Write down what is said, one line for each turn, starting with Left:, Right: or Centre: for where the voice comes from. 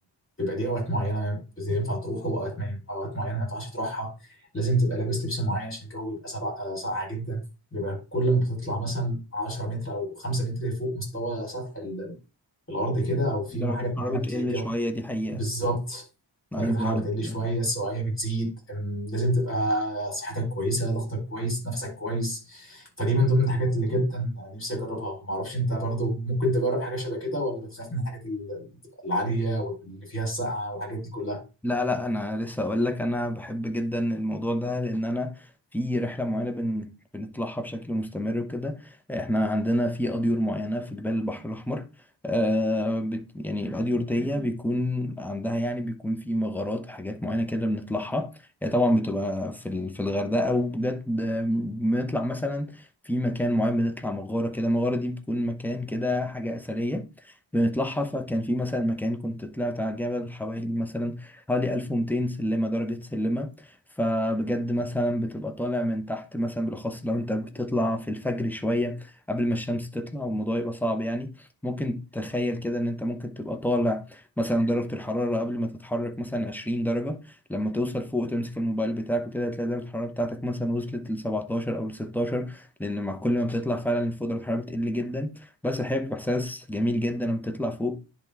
Left: بيبقى ليه اوقات معينه زي ينفع تروحوا اوقات ما اوقات معينه ما ينفعش تروحها لازم تبقى لابس لبس معين عشان الجو بيبقى سبع آه، ساقعه جدا بيبقى كل ما بتطلع مثلا 10 متر او 5 متر فوق مستوى سطح ال- الارض كده او في
Centre: درجة
Left: حاجات
Centre: الحرارة
Left: معينه بتلاقي
Centre: بتقل
Left: الجو
Centre: شوية دي حقيقة
Left: بالظبط
Centre: انا
Left: درجة
Centre: عايز
Left: الحرارة
Centre: اقول
Left: بتقل
Centre: لك
Left: شوية السوائل بتزيد أم، لازم تبقى صحتك كويسة ضغطك كويس نفسك كويس فدي من ضمن الحاجات اللي جدا نفسي أجربها معرفش أنت برضو ممكن تجرب حاجة شبه كده ولا بتخاف من الحاجات ال- ال- العالية واللي فيها السقعة والحاجات دي كلها
Centre: لا لا انا لسه اقول لك انا بحب جدا الموضوع ده لان انا في رحله معينه بن بنطلعها بشكل مستمر وكده احنا عندنا في اديور معينه في جبال البحر الاحمر آه بت يعني الاديور دي بيكون عندها يعني بيكون في مغارات وحاجات معينه كده بنطلعها هي طبعا بتبقى في ال- في الغردقه وبجد آه، بنطلع مثلا في مكان معين بنطلع مغاره كده المغاره دي بتكون مكان كده حاجه اثريه بنطلعها فكان في مثلا مكان كنت طلعت على الجبل حوالي مثلا حوالي 1200 سلمة درجة سلمة فبجد مثلا بتبقى طالع من تحت مثلا بالأخص لو أنت بتطلع في الفجر شوية قبل ما الشمس تطلع والموضوع يبقى صعب يعني ممكن تخيل كده إن أنت ممكن تبقى طالع مثلا درجة الحرارة قبل ما تتحرك مثلا 20 درجة لما توصل فوق تمسك الموبايل بتاعك وكده هتلاقي درجة الحرارة بتاعتك مثلا وصلت ل 17 أو ل 16 لأن مع كل ما بتطلع فعلا فوق درجة الحرارة بتقل جدا بس الحقيقة بيبقى إحساس جميل جدا لما بتطلع فوق